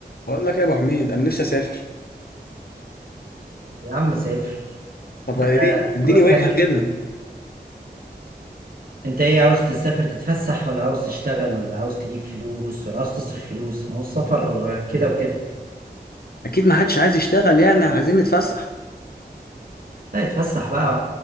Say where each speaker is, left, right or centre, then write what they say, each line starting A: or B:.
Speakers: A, on the left; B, on the right.
A: بقول لك يا ابو حميد انا نفسي اسافر
B: يا عم سافر
A: طب ايه
B: حد
A: اديني
B: حضرتك
A: وجهه كده
B: انت ايه عاوز تسافر تتفسح ولا عاوز تشتغل ولا عاوز تجيب فلوس ولا عاوز تصرف فلوس ما هو السفر كده وكده
A: اكيد ما حدش عايز يشتغل يعني عايزين نتفسح
B: لا يتفسح بقى